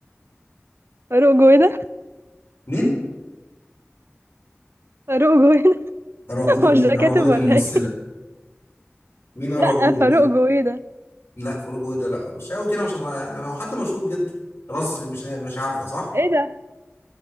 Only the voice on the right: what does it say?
فاروق جويدة
فاروق جويدة
<laughs>
هو
مش ده
كاتب
ولا
ايه
لا
فاروق
جويدة
ايه ده